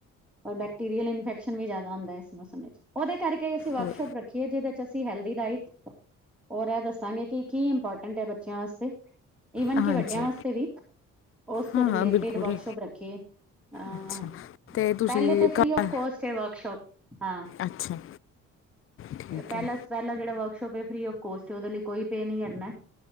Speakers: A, in the centre; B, on the left.
A: ਔਰ ਬੈਕਟੀਰੀਅਲ ਇਨਫੈਕਸ਼ਨ ਵੀ ਜਾਦਾ ਹੁੰਦੈ ਇਸ ਮੌਸ ਵਿੱਚ। ਓਦੇ ਕਰਕੇ ਅਸੀਂ ਵਰਕਸ਼ੋਪ
B: ਹੋਰ
A: ਰੱਖ ਖੀਏ ਜਿਦੇ ਚ ਅਸੀਂ ਹੈਲਦੀ ਡਾਇਟ ਔਰ ਐ ਦੱਸਾਂਗੇ ਕਿ ਕੀ ਇੰਪੋਰਟੈਂਟ ਹੈ ਬੱਚਿਆਂ ਆਸਤੇ, ਈਵਨ
B: ਹਾਂਜੀ
A: ਕਿ ਵੱਡਿਆਂ ਵਾਸਤੇ ਵੀ। ਉਸ
B: ਹਾਂ
A: ਤੋਂ ਰਿਲੇਟਿਡ
B: ਹਾਂ ਬਿਲਕੁਲ
A: ਵਰਕਸ਼ੋਪ ਰੱਖੀ ਏ, ਅਂ
B: ਅੱਛਾ ਤੇ ਤੁਸੀਂ
A: ਪੈਲੇ ਤੇ ਫਰੀ
B: ਘਰ
A: ਆਫ ਕੋਸਟ ਏ ਵਰਕਸ਼ੋਪ, ਹਾਂ
B: ਅੱਛਾ ਠੀਕ
A: ਪੈਲਾਂ
B: ਹੈ
A: ਪੈਲਾਂ ਜੇੜਾ ਵਰਕਸ਼ੋਪ ਏ, ਫਰੀ ਆਫ ਕੋਸਟ ਏ। ਓਦੇ ਲਈ ਕੋਈ ਪੇ ਨੀ ਕਰਨੈ।